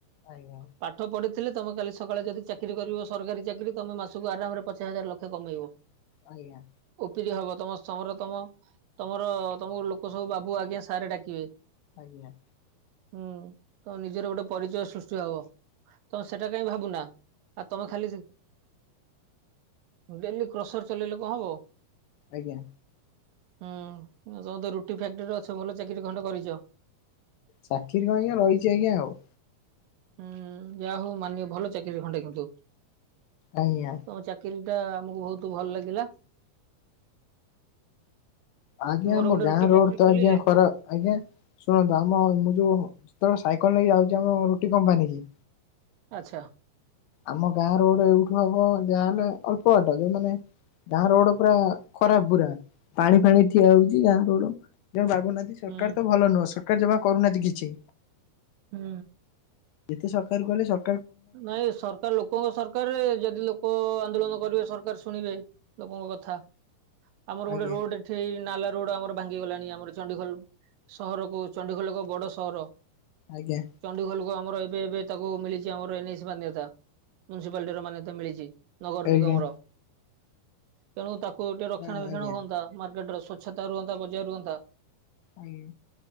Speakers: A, on the left; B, on the right.
A: ଆଜ୍ଞା।
B: ପାଠ ପଢିଥିଲେ ତମେ କାଲି ସକାଳେ ଯଦି ଚା ଚାକିରି କରିବ ସରକାରୀ ଚାକିରି ତମେ ମାସକୁ ଆରାମରେ ପଚାଶ ହଜାର ଲକ୍ଷ କମେଇବ।
A: ଆଜ୍ଞା।
B: ଉପିରି ହବ ତମ ସମର ତମ ତମର ତମକୁ ଲୋକ ସବୁ ବାବୁ ଆଜ୍ଞା ସାରେ ଡାକିବେ।
A: ଆଜ୍ଞା।
B: ହୁଁ ତ ନିଜର ଗୋଟେ ପରିଚୟ ସୃଷ୍ଟି ହବ ତମ ସେଟା କାଇହିଁ ଭାବୁନା। ଆଉ ତମେ ଖାଲି ଡେଲି କ୍ରସର ଚଲେଇଲେ କଣ ହବ।
A: ଆଜ୍ଞା।
B: ହୁଁ ତ ତ ରୁଟି ଫାକ୍ଟ୍ରିରେ ଅଛ ଭଲ ଚାକିରରି ଖଣ୍ଡେ କରିଛ।
A: ଚାକିରୀ କଣ ଆଜ୍ଞା ରହିଛି ଆଜ୍ଞା ଆଉ।
B: ହୁଁ ଯୟା ହଉ ମାନିବ ଭଲ ଚାକିରି ଖଣ୍ଡେ କିନ୍ତୁ।
A: ଆଜ୍ଞା।
B: ତମ ଚାକିରି ଟା ଆମକୁ ବହୁତ ଭଲ ଲାଗିଲା।
A: ଆଜ୍ଞା
B: ମୋର
A: ଆମ
B: ଗୋଟେ
A: ଗାଁ
B: ରୁଟି ଫ୍ୟାକ୍ଟ୍ରି
A: ରୋଡ ତ
B: ଖୋଲିଲେ
A: ଆଜ୍ଞା ଖରାପ ଆଜ୍ଞା। ଶୁଣନ୍ତୁ ଆମ ମୁଁ ଯୋଉ ଯେତେବେଳେ ସାଇକଲ ନେଇକି ଯାଉଛି ଆମ ରୁଟି କମ୍ପାନୀ କି
B: ଆଚ୍ଛା।
A: ଆମ ଗାଁ ର ଗୋଟେ ଏଇଠୁ ହବ ଯାହାହେଲେ ଅଳ୍ପ ବାଟ ଯୋଉ ମାନେ ଗାଁ ରୋଡ ପୁରା ଖରାପ ପୁରା ପାଣି ଫାଣି ଠିଆ ହଉଛି ଗାଁ ରୋଡ ଜମା ବାଗଉନାହାନ୍ତି। ସରକାର
B: ହୁଁ
A: ତ ଭଲ ନୁହଁ ସରକାର ଜମା କରୁନାହାନ୍ତି କିଛି।
B: ହୁଁ।
A: ଯେତେ ସକାକାର ଗଲୁ ସ
B: ନାଇଁ ସରକାର ଲୋକଙ୍କ ସର ସରକାରରେ ଯଦି ଲୋକ ଆନ୍ଦୋଳନ କରିବେ ସରକାର ଶୁଣିବେ ଲୋକଙ୍କ କଥା। ଆମର
A: ଆଜ୍ଞା
B: ଗୋଟେ ରୋଡ ଏଠି ନାଲା ରୋଡ ଆମର ଭାଙ୍ଗିଗଲାଣି ଆମର ଚଣ୍ଡିଖୋଲ ସହରକୁୁ ଚଣ୍ଡିଖୋଲ ଏକ ବଡ ସହର।
A: ଆଜ୍ଞା।
B: ଚଣ୍ଡିଖୋଲକୁୁ ଆମର ଏବେ ଏବେ ତାକୁ ମିଳିଛି ଆମର ଏନ ଏ ସି ମାନ୍ୟତା ମୁନ୍ସୀପାଲଟି ର ମାନ୍ୟତା ମିଳିଛି। ନଗର
A: ଆଜ୍ଞା
B: ନିଗମର ତେଣୁ ତାକୁ ଟିକେ ରକ୍ଷଣ
A: ଆଜ୍ଞା
B: ବକ୍ଷଣ ହୁଅନ୍ତା ମାର୍କେଟ ର ସ୍ଵଚ୍ଛତା ରୁଅନ୍ତା ବଜାୟ ରୁହନ୍ତା।
A: ଆମ